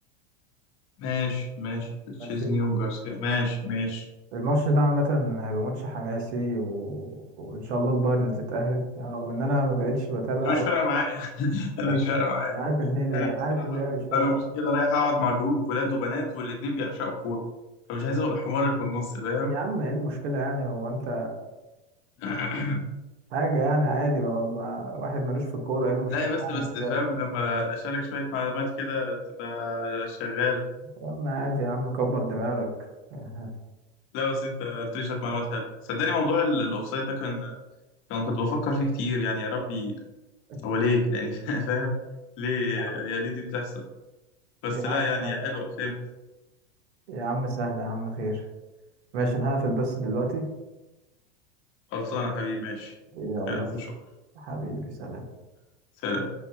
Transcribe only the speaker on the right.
ماشي
الماتش ده عامة هيبقى ماتش حماسي و... وإن شاء الله البايرن اللي تتأهل يعني رغم إن أنا ما بقتش بتابع
أوي
<laughs>
أنا عارف إن هي
أنا
عارف إن هي مش فارقة
معايا.
يا عم إيه المشكلة يعني هو أنت
حاجة يعني عادي بقى ما- واحد ملوش في الكورة ايه المشكلة
يعني
يا شباب
يا عم عادي يا عم كبر دماغك <laughs>
يا
عم
يا
عم
عادي
يا عم سهلة يا عم خير ماشي انا هقفل بس دلوقتي
يلا
حبيبي سلام